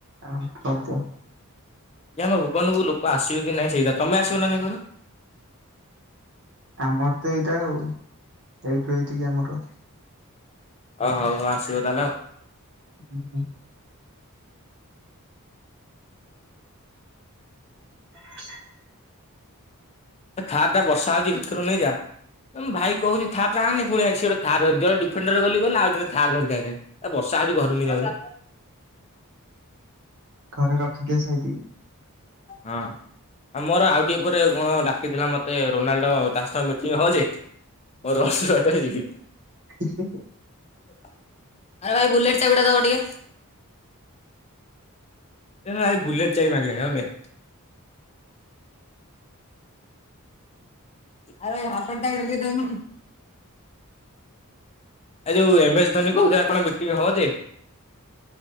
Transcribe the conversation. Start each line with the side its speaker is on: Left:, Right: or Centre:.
Right: ହାଁ କରିଦିଅ।
Left: ଏ ଆମ ଭୁବନକୁ ଲୋକ ଆସିବେ କି ନାଇଁ ସେଇତା। ତମେ ଆସିବ ନା ନାହିଁ କହିଲ?
Right: ଆମର ତ ଏଇଟା ଆଉ, ଏଇଠୁ ଏଇଠ କିି ଆମର।
Left: ଓ ହଉ, ହଉ ଆସିବ ତାହେଲେ ଆଉ।
Right: ଉ ଉଁ। ହ
Left: ଏ ଖାର୍ ଟା ବର୍ଷା ହଉଛି ଭିତରୁ ନେଇଯା। ଏ ମୁଁ ଭାଇକି କହୁଛି ଥାର୍ ଟା ଆଣେ ନି, ପୁଣି ହେ ସିଏ, ଗୋଟେ ଥାର୍ ଧରି, ଜଣେ ଡିଫେଣ୍ଡର ଗଲି ଗଲା। ଆଉ ଜଣେ ଥାର୍ ଧରିକି ଆଇଲାଣି। ଏ ବର୍ଷା ହଉଛି ଘରୁ ନେଇଯାଉନୁ।
Right: ଘରେ ରଖିକିଆ ସାଇତିକି।
Left: ହଁ। ଆ ମୋର ଆଉ ଟିକେ ପରେ, କଣ ଡାକିଥିଲା ମତେ, ରୋନାଲ୍ଡୋ ତା ସହିତ ମିଟିଂ ହବଯେ। ମୋ ରସ୍ ରଟାରେ ଯିବି।
Right: ହୁଁ ହୁଁ।
Left: ଆରେ ଭାଇ, ବୁଲେଟ୍ ଚାବିଟା ଦବ ଟିକେ। ଏ ଭାଇ ବୁଲେଟ୍ ଚାବି ମାଗିଲାଣି, ହଉ ନେ। ଆରେ ଏଇ ହାଣ୍ଟର ଟାଇପର୍ ଦେଇଦଉନୁ। ଏ ଯୋଉ, ଏମ୍ ଏସ୍ ଧୋନୀ କହୁଥିଲା କଣ ମିଟିଂ ହବ ଯେ?